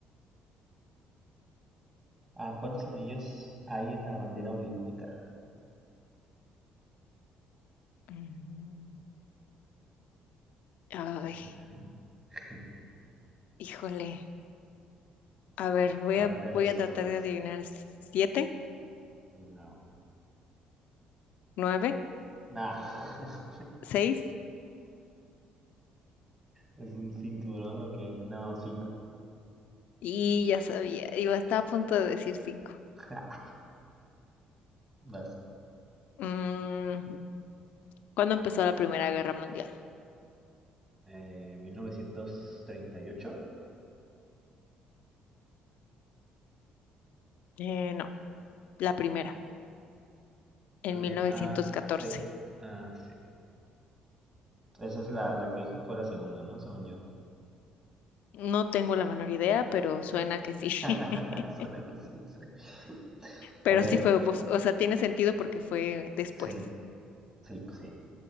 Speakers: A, on the right; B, on the left.
A: ah, ¿cuántos anillos hay en la bandera olímpica?
B: Mm, Ay,
A: Mm, <laughs>
B: híjole. A ver, voy
A: Acuérdate
B: a,
A: de los
B: voy a
A: colores.
B: tratar de adivinar. ¿Siete?
A: No.
B: ¿Nueve?
A: Nah. <laughs>
B: ¿Seis?
A: ¿Es un cinturón o qué? No, cinco.
B: Y ya sabía. Iba, estaba a punto de decir cinco.
A: <laughs> Vas.
B: Mm, ¿cuándo empezó la Primera Guerra Mundial?
A: Eh, 1938.
B: Eh, no, la primera, en
A: Eh,
B: mil novecientos
A: A,
B: catorce.
A: B. Ah, sí. Esa es la, la que dije fue la segunda, ¿no? Según yo.
B: No tengo la menor idea, pero suena que sí. <laughs>
A: <laughs> Suena que sí. sí.
B: Pero
A: A ver,
B: sí fue, pues, o sea, tiene sentido porque fue después.
A: Sí, sí, pues sí.